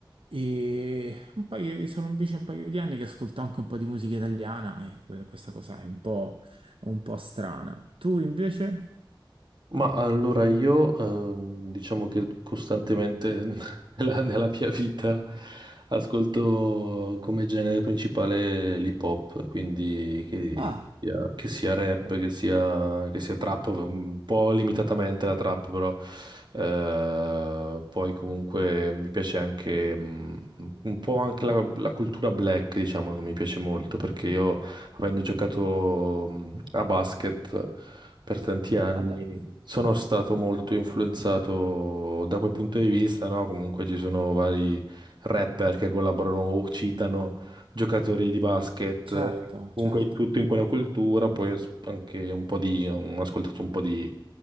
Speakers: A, on the right; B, on the right.
A: E un paio di, sono invece un paio di anni che ascolto anche un po' di musica italiana e per questa cosa è un po', un po' strana. Tu invece?
B: Ma allora io ehm, diciamo che costantemente <laughs> nella, nella mia vita ascolto come genere principale l'hip hop, quindi che,
A: Ah,
B: sia che sia rap,
A: per-
B: che sia, che sia trap, un po' limitatamente la trap però, eh, poi comunque mi piace anche mm, un po' anche la, la cultura black, diciamo che mi piace molto perché io avendo giocato mh, a basket per tanti anni,
A: ah, dai.
B: sono stato molto influenzato da quel punto di vista, no? Comunque ci sono vari rapper che collaborano o citano giocatori di basket.
A: Certo,
B: Comunque
A: certo.
B: tutto in quella cultura, poi as- anche un po' di, ho ascoltato un po' di